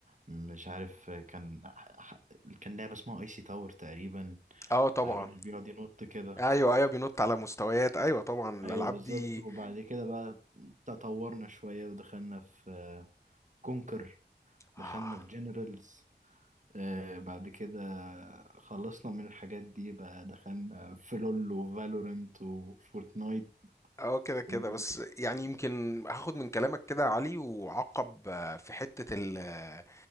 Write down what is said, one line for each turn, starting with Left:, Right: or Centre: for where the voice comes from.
Right: مش عارف آه، كان ح- كان لعبة اسمها ايسي تاور تقريبا
Left: اه طبعا
Right: آه، الراجل بيقعد ينط كده
Left: ايوه ايوه بينط على مستويات ايوه طبعا
Right: ايوه
Left: الالعاب
Right: بالظبط
Left: دي
Right: وبعد كده بقى تطورنا شوية ودخلنا في آه، كونكر
Left: اه
Right: دخلنا في جنرالز آه بعد كده خلصنا من الحاجات دي بقى دخلنا في لول وفالورنت وفورتنايت
Left: اه كده كده
Right: و...
Left: بس يعني يمكن هاخد من كلامك كده يا علي وعقب آه، في حتة ال آه،